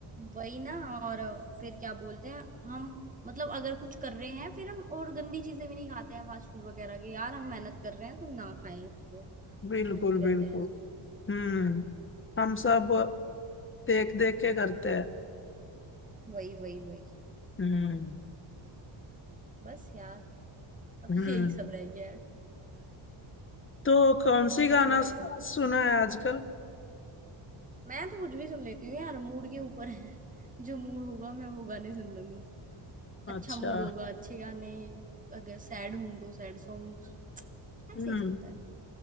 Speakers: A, on the right; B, on the left.
A: वही ना और फिर क्या बोलते हैं हम मतलब अगर कुछ कर रहे हैं फिर हम और गंदी चीजें भी नहीं खाते हैं फास्ट फूड वगैरह की यार हम मेहनत कर रहे हैं तो ना खाएं उसको
B: बिल्कुल
A: दूर भी
B: बिल्कुल
A: रहते हैं ऐसी चीजों से
B: हम्म हम सब देख देख के करते हैं
A: वही वही वही
B: हम्म
A: बस यार अब
B: हम्म
A: तो यही सब रह गया है
B: <laughs> तो कौन
A: अब
B: सी
A: कुछ
B: गाना
A: नया
B: स-
A: नहीं है
B: सुना है आजकल
A: मैं तो कुछ भी सुन लेती हूँ यार मूड के ऊपर है जो मूड होगा मैं वो गाने सुन लूंगी
B: अच्छा
A: अच्छा मूड होगा अच्छे गाने अगर सैड हूं तो सैड सॉन्ग्स ऐसे
B: हम्म
A: ही चलता है